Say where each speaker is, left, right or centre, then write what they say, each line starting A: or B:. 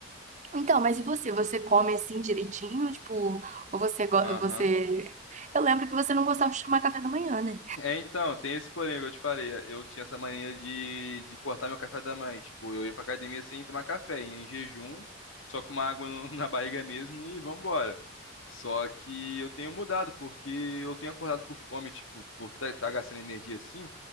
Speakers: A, on the right; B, on the left.
A: Então, mas e você? Você come assim direitinho? Tipo, ou você, go-
B: Aham.
A: você... Eu lembro que você não gostava de tomar café da manhã, né?
B: É, então, tem esse porém que eu te falei. Eu tinha essa mania de, de cortar meu café da manhã. Tipo, eu ia pra academia sem tomar café, ia em jejum, só com uma água no- <laughs> na barriga mesmo e vambora. Só que eu tenho mudado, porque eu tenho acordado com fome, tipo, por estar gastando energia assim